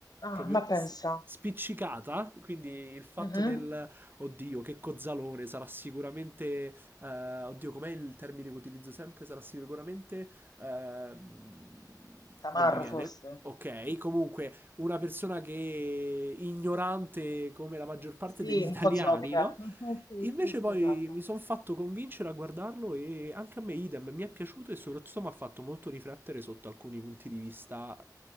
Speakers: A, on the left; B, on the right.
A: Ah,
B: proprio
A: ma
B: s-
A: pensa.
B: spiccicata, quindi il fatto
A: Mhm.
B: del oddio, che cozzalone, sarà sicuramente eh, oddio, com'è il termine che utilizzo sempre? Sarà sicuramente ehm,
A: Tamarro
B: non mi viene.
A: forse?
B: Ok, comunque una persona che ignorante come la maggior parte
A: Sì,
B: degli
A: un
B: italiani,
A: po' zotica.
B: no?
A: Mhm, Sì,
B: Invece
A: sì, sì,
B: poi
A: esatto.
B: mi sono fatto convincere a guardarlo e anche a me idem, mi è piaciuto e soprattutto mi ha fatto molto riflettere sotto alcuni punti di vista